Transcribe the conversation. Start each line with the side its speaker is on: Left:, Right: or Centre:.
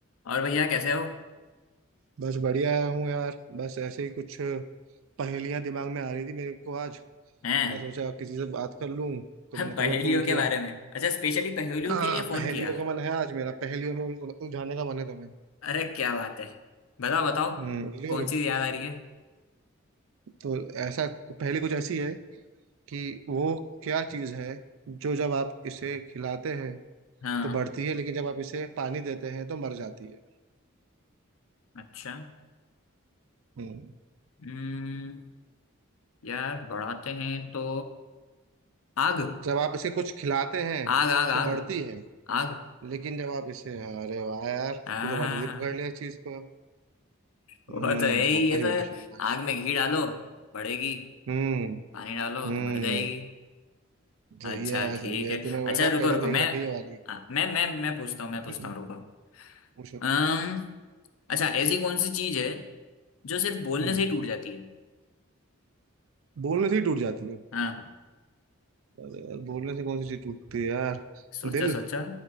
Left: और भैया कैसे हो
Right: बस बढ़िया हूँ यार बस ऐसे ही कुछ पहेलियां दिमाग में आ रही थी मेरे को आज
Left: हैं
Right: मैं सोचा किसी से बात कर लूँ
Left: <laughs>
Right: तो मैंने
Left: पहेलियों
Right: तुम्हें फोन किया
Left: के बारे में अच्छा स्पेशली पहेलियों
Right: हाँ
Left: के लिए फोन
Right: पहेलियों
Left: किया
Right: का मन है आज मेरा पहेलियों में उल- उलझाने का मन है तुम्हें
Left: अरे क्या बात है बताओ बताओ
Right: हम्म उलझोगे
Left: कौन सी याद आ रही है
Right: तो ऐसा पहेली कुछ ऐसी है कि वो क्या चीज़ है जो जब आप इसे खिलाते हैं
Left: हाँ
Right: तो बढ़ती है लेकिन जब आप इसे पानी देते हैं तो मर जाती है
Left: अच्छा
Right: हम्म
Left: हम्म यार बढ़ाते हैं तो आग
Right: जब आप इसे कुछ खिलाते हैं
Left: आग आग
Right: तो
Left: आग
Right: बढ़ती है
Left: आग
Right: लेकिन जब आप इसे अरे वाह यार
Left: हाँ
Right: तू तो बहुत
Left: हाँ,
Right: जल्दी
Left: हाँ।
Right: पकड़ लिया इस चीज को
Left: वो
Right: हम्म
Left: तो है ही
Right: शाबाश
Left: ये तो
Right: बेटे शाबाश
Left: आग में घी डालो बढ़ेगी
Right: हम्म
Left: पानी डालो
Right: हम्म
Left: तो मर जाएगी
Right: सही
Left: अच्छा
Right: है
Left: ठीक
Right: सही है
Left: है
Right: तूने
Left: अच्छा
Right: बेटा
Left: रुको
Right: पहले
Left: रुको
Right: देख
Left: मैं
Right: रखी है वाली
Left: हाँ, मैं मैं मैं पूछता हूँ मैं
Right: <laughs>
Left: पूछता हूँ रुको
Right: पूछो
Left: अम्म अच्छा ऐसी कौन सी चीज है जो सिर्फ बोलने
Right: हम्म
Left: से ही टूट जाती है
Right: बोलने से ही टूट जाती है
Left: हाँ
Right: अरे यार बोलने से कौन सी चीज टूटती है यार
Left: सोचा
Right: दिल
Left: सोचा